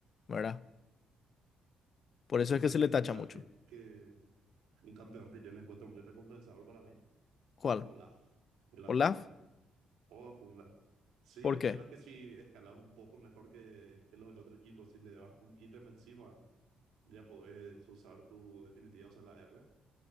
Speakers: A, on the left (about 50°); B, on the right (about 80°).
A: ¿verdad? Por eso
B: Vos
A: es que
B: sabés
A: se
B: que
A: le tacha
B: un champ
A: mucho.
B: que, que- un campeón que yo le encuentro muy recompensador para mí
A: ¿Cuál?
B: es Olaf, de la
A: ¿Olaf?
B: top lane. O jungla. Sí,
A: ¿Por
B: el
A: qué?
B: tema es que si escalas un poco mejor que, que los del otro equipo, si le das un ítem encima, ya podés usar tu definitiva, o sea, la R.